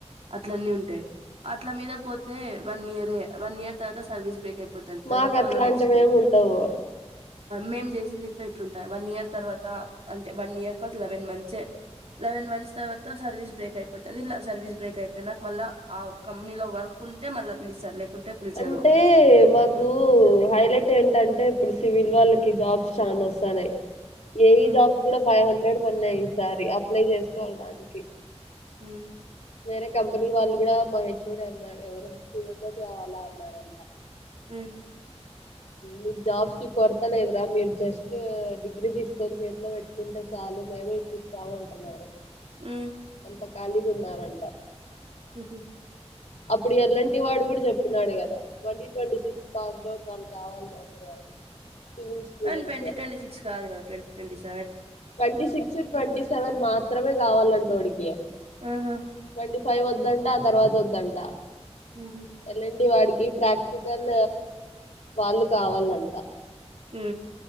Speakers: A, on the right; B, on the left.
A: అట్లన్న ఉంటాయి అట్ల మీద పోతే వన్ ఇయర వన్ ఇయర్ తర్వాత సర్వీస్ బ్రేక్ అయిపో పోతుంది తర్వాత
B: మాకు అట్లాంటివి
A: వాళ్ళ నెక్స్ట్
B: ఏమి ఉండవు
A: మేం ఎమ్చేసింది ఎలుంటాయి వన్ ఇయర్ తర్వాత అంటే వన్ ఇయర్ త లెవెన్ మంత్సే లెవెన్ మంత్స్ తర్వాత సర్వీస్ బ్రేక్ అయిపోతుంది సర్వీస్ బ్రేక్ అయిపోయినాక మళ్ళ ఆ కంపెనీ లో వర్క్ ఉంటే మళ్ళీ పిలుస్తారు లేకుంటే పిలిచరు
B: అంటే మాకు హైలైట్ ఏంటంటే ఇప్పుడు సివిల్ వాళ్ళకి జాబ్స్ చాన వస్తానయి ఏయి
A: ఉమ్
B: జాబ్స్ కూడా ఫైవ్ంహడ్రె హ్రెడ్ పడినయి ఈ సారి అప్లై చేసుకోవాలిదానికి
A: హు
B: వేరే కంపెనీ వాళ్ళు కూడా మా హెచ్ఓడి అన్నాడు ఎవరో ఫిఫ్టీ మెంబెర్స్ కావాలా అన్నారంట
A: హు
B: మీకు జాబ్స్కి కొరతా లేదురా మీరు జస్ట్ డిగ్రీ తీసుకొని చేతిలో పెట్టుకుంటే చాలు మేమే ఇప్పిస్తాము అంటున్నారు
A: హు
B: ట్లా కాళీగున్నారు కంట
A: హ
B: అప్పుడు ఎలాంటి వాడు కూడా చెప్పినాడు కదా twenty twenty six passed out వాళ్ళు కావాలి మాకు అని సివిల్ స్టూడెంట్స్
A: అ ట్వీ ట్వంటీ సిక్స్ కాదు కద ట్వీ ట్వంటీక్స్
B: ట్వంటీ సిక్స్ ట్వంటీ సెవెన్ మాత్రమే కావాలంట వాడికి
A: ఆహా
B: ట్వీ ఫైవ్ వద్దంట ఆ తర్వాత వద్దంట
A: ఉహు
B: ఎలాంటి వాడి కి ప్రాక్టికల్ వాళ్ళు కావాలంట
A: హు